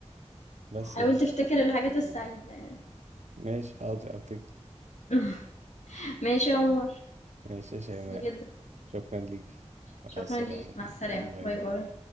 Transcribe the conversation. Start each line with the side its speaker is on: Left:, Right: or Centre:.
Right: بس
Left: حاول
Right: يعني
Left: تفتكر الحاجات السعيدة يعني.
Right: ماشي حاضر افتكر
Left: <laughs> ماشي يا عمر،
Right: ماشي يا شيماء
Left: ميرسي جدًا،
Right: شكرا ليك مع
Left: شكرًا
Right: السلامة
Left: ليك، مع السلامة،
Right: باي
Left: باي،
Right: باي
Left: باي.